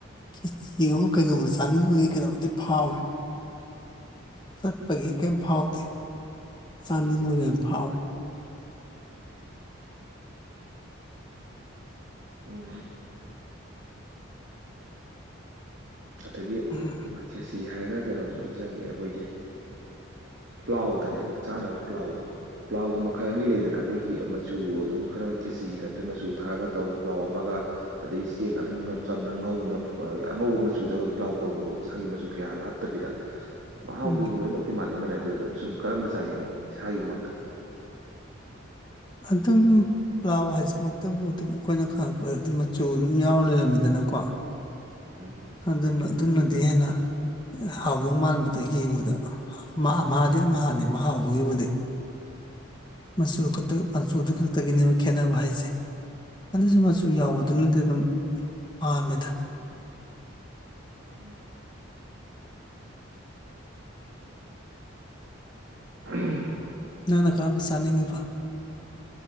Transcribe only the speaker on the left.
ꯈꯦꯆꯤꯒꯨꯝꯕ ꯀꯩꯒꯨꯝꯕ ꯆꯥꯅꯤꯡꯕꯒꯤ ꯀꯩꯅꯣꯝꯗꯤ ꯐꯥꯎꯋꯦ ꯆꯠꯄꯒꯤ ꯀꯦꯝ ꯐꯥꯎꯗꯦ ꯆꯥꯅꯤꯡꯕꯒꯤ ꯑꯣꯏꯅ ꯐꯥꯎꯋꯦ
ꯎꯝ
ꯎꯝ
ꯑꯗꯨꯝ ꯄ꯭ꯂꯥꯎ ꯍꯥꯏꯁꯤꯃꯛꯇꯕꯨ ꯑꯗꯨꯝ ꯑꯩꯈꯣꯏꯅ ꯈꯪꯉꯛꯄꯗꯗꯤ ꯃꯆꯨ ꯑꯗꯨꯝ ꯌꯥꯎꯔ ꯂꯩꯔꯝꯃꯤꯗꯅꯀꯣ
ꯑꯗꯨꯅ ꯑꯗꯨꯅꯗꯤ ꯍꯦꯟꯅ ꯍꯥꯎꯗꯧ ꯃꯥꯟꯕꯗꯣ ꯌꯦꯡꯕꯗ ꯑꯝꯍꯥ ꯑꯝꯍꯥꯗꯤ ꯑꯝꯍꯥꯅꯦ ꯃꯍ ꯍꯥꯎꯕꯒꯤꯕꯨꯗꯤ ꯃꯆꯨ ꯈꯛꯇ ꯃꯆꯨꯗꯨ ꯈꯛꯇꯒꯤꯅꯦꯕ ꯈꯦꯠꯅꯕ ꯍꯥꯏꯁꯦ ꯑꯗꯨꯁꯨ ꯃꯆꯨ ꯌꯥꯎꯕꯗꯨꯅꯗꯤ ꯑꯗꯨꯝ ꯄꯥꯝꯃꯦꯗ
ꯅꯪꯅ ꯀꯔꯝꯕ ꯆꯥꯅꯤꯡꯉꯤꯕ